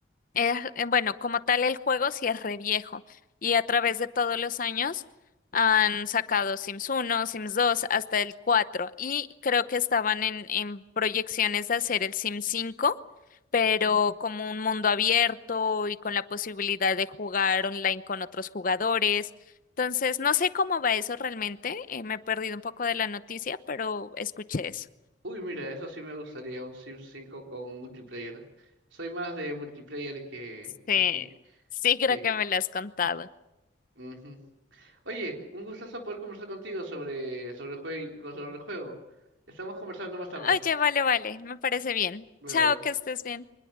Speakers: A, on the left (about 45°); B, on the right (about 80°).
A: Es, eh, bueno, como tal el juego sí es re viejo y a través de todos los años han sacado Sims uno, Sims 2, hasta el 4 y creo que estaban en, en proyecciones de hacer el Sims 5, pero como un mundo abierto y con la posibilidad de jugar online con otros jugadores. Entonces, no sé cómo va eso realmente, eh, me he perdido un poco de la noticia, pero escuché eso.
B: Uy, mira, eso sí me gustaría, un Sims cinco con multiplayer. Soy más de multiplayer que...
A: Sí,
B: <laughs>
A: sí creo
B: que...
A: que me lo has contado.
B: ujú. Oye, un gustazo poder conversar contigo sobre, sobre el jue- sobre el juego. Estamos conversando más tarde.
A: Oye, vale, vale, me parece bien.
B: Bye
A: Chao,
B: bye.
A: que estés bien.